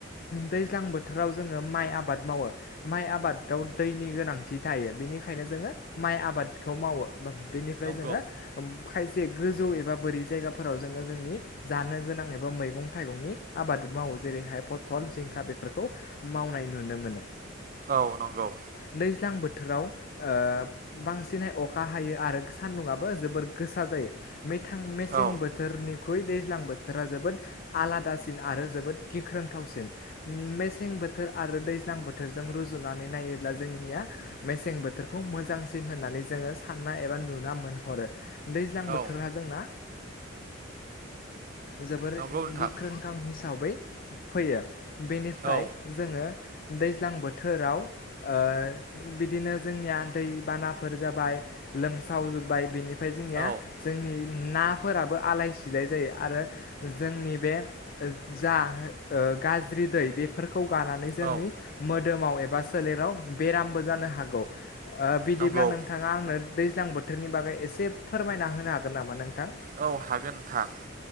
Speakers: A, on the left; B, on the right.
A: दैज्लां बोथोराव जोङो माइ आबाद मावो। माइ आबादाव दैनि गोनांथि थायो बेनि थाखायनो जोङो माइ आबादखौ मावो। बेनिफ्राय
B: नंगौ
A: जोङो खायसे गोजौ एबा बोरै जायगाफोराव जों ओ जोंनि जानो गोनां एबा मैगं थाइगंनि आबाद मावो। जेरैहाय फथल, जिंखा बेफोरखौ मावनाय नुनो मोनो।
B: औ नंगौ।
A: दैज्लां बोथोराव ओ बांसिनहै अखा हायो आरो सान्दुंआबो जोबोर गोसा जायो। मिथां मेसें
B: औ
A: बोथो ख्रुइ दैज्लां बोथोरा जोबोद आलादासिन आरो जोबोद गिख्रोंथावसिन। मेसें बोथोर आरो दैज्लां बोथोरजों रुजुनानै नायोब्ला जोंनिया मेसें बोथोरखौ मोजांसिन होन नानै जोङो सानना एबा नुना मोनहरो। दैज्लां
B: औ
A: बोथोरा जोंना जोबोर
B: नंगौ नोंथां
A: गिख्रंथाव हिसाबै फैयो। बेनिफ्राय
B: औ
A: जोङो दैज्लां बोथोराव ओ बिदिनो जोंनिया दैबानाफोर जाबाय लोमसावजोब्बाय बेनिफ्राय जोंनिया
B: औ
A: जोंनि नाफोरा बो आलाय सिलाय जायो। आरो जोंनि बे जा ओ गाज्रि दै बेफोर खौ गानानै जोंनि
B: औ
A: मोदोमाव एबा सोलेराव बेरामबो जानो हागौ। ओ बिदिब्ला
B: नंगौ
A: नोंथाङा आंनो दैज्लां बोथोरनि बागै एसे फोरमायना होनो हागोन नामा नोंथां?
B: औ हागोन नोंथां।